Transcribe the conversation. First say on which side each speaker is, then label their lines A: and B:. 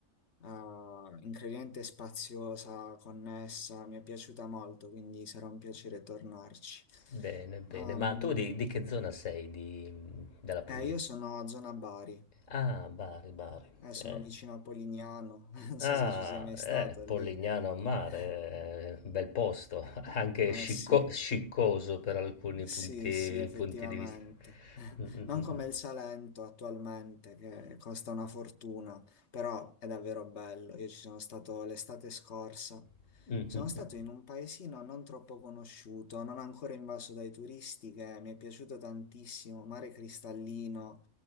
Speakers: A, on the left; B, on the left.
A: Ah, incredibile spaziosa, connessa, mi è piaciuta molto, quindi sarà un piacere tornarci.
B: Bene, bene.
A: Ehm,
B: Ma tu di, di che zona sei di- della Puglia?
A: eh, io sono a zona Bari,
B: Ah, Bari, Bari.
A: eh, sono
B: Eh.
A: vicino a Polignano, <laughs> non so
B: Ah,
A: se ci sei mai stato
B: eh, Polignano
A: lì.
B: a mare,
A: <laughs>
B: eh, bel posto, <laughs> anche
A: Eh
B: scicco-
A: sì.
B: sciccoso per alcuni
A: Sì,
B: punti,
A: sì, effettivamente.
B: punti di vista.
A: <laughs>
B: Mm, mm,
A: Non
B: mm,
A: come
B: mm.
A: il Salento attualmente, che costa una fortuna, però è davvero bello. Io ci sono stato l'estate scorsa.
B: <laughs> Mm,
A: Sono
B: mm,
A: stato
B: mm.
A: in un paesino non troppo conosciuto, non ancora invaso dai turisti, che mi è piaciuto tantissimo, mare cristallino,